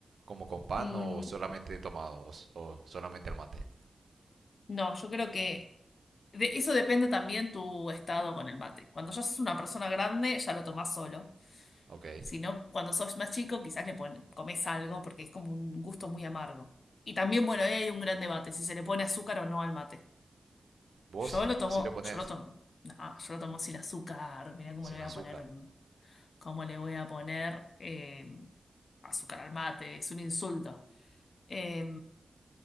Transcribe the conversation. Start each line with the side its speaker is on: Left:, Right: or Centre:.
Right: como con pan
Left: Mm,
Right: o solamente tomado o, s- o solamente el mate.
Left: no, yo creo que de eso depende también tu estado con el mate. Cuando ya sos una persona grande, ya lo tomás solo.
Right: Ok.
Left: Si no, cuando sos más chico, quizás le pon- comes algo porque es como un gusto muy amargo. Y también, bueno, ahí hay un gran debate, si se le pone azúcar o no al mate.
Right: ¿Vos?
Left: Yo lo tomo,
Right: Sí lo pones
Left: yo lo tomo, no, yo lo tomo sin azúcar, mirá cómo
Right: sin
Left: le voy
Right: azúcar.
Left: a poner, mm, cómo le voy a poner eh, azúcar al mate, es un insulto. Eh,